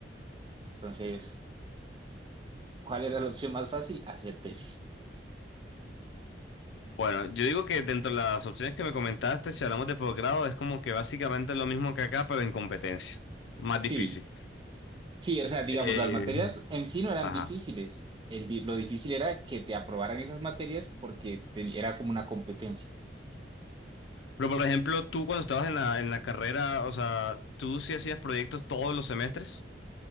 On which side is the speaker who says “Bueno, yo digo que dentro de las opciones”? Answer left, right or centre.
Left